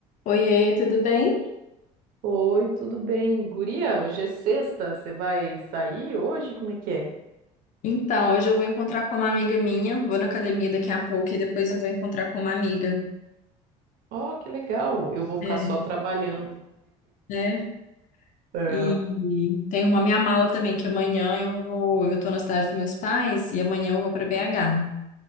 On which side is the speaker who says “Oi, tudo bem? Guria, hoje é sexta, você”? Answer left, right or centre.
Right